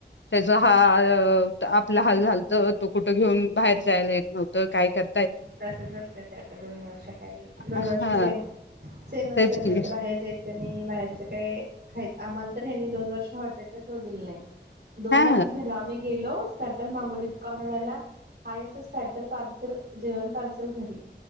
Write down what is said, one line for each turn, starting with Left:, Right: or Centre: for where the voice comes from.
Left: त्याच हा आपला हाल झालत तो कुठं घेऊन बाहेर यला येत नव्हतं काय कर
Right: तसच असतं ते आता दोन वर्ष काही दोन
Left: हा
Right: वर्ष सेम सेम असत
Left: तेच की
Right: ते आता बाहेर जायचं नाही बाहेरच काय खायचं आम्हाला तर ह्यांनी दोन वर्ष हॉटेललाच जाऊ दिले नाही दोन
Left: हा
Right: तास झाल आम्ही गेलो, ट्टर मगोली कराडला हा अस स्टॅटर पार सर जेवण पार्सल घरी